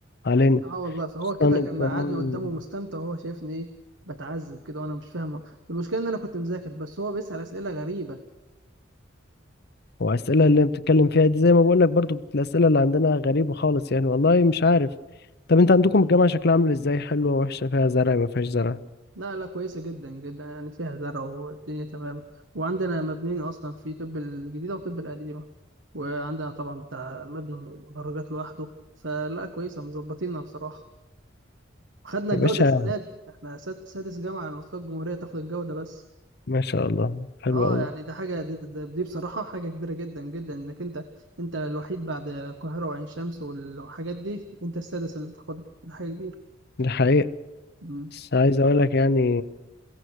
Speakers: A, on the left; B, on the right.
A: علينا
B: اه والله فهو
A: استنى
B: كده كان
A: كمان
B: قعدني قدامه مستمتع وهو شايفني ايه بتعذب كده وانا مش فاهمه المشكله ان انا كنت مذاكر بس هو بيسال اسئله غريبه
A: وأسئلة اللي بتتكلم فيها دي زي ما بقول لك برضو الأسئلة اللي عندنا غريبة خالص يعني والله مش عارف طب انت عندكم الجامعة شكلها عامل ازاي حلوة وحشة فيها زرع ما فيهاش زرع
B: لا لا كويسة جدا جدا يعني فيها زرع والدنيا تمام وعندنا مبنيين أصلا في طب الجديدة وطب القديمة وعندنا طبعا بتاع مبنى المدرجات لوحده فلا كويسة مظبطينها بصراحة خدنا
A: يا
B: الجودة
A: باشا
B: السنة دي احنا ساد- سادس جامعة على مستوى الجمهورية تاخد الجودة بس
A: ما شاء الله حلو
B: اه
A: قوي
B: يعني ده حاجة دي, دي, دي بصراحة حاجة كبيرة جدا جدا انك انت انت الوحيد بعد القاهرة وعين شمس والحاجات دي انت السادس اللي تاخدها ده حاجة كبيرة
A: دي حقيقة
B: مم.
A: بس عايز اقول لك يعني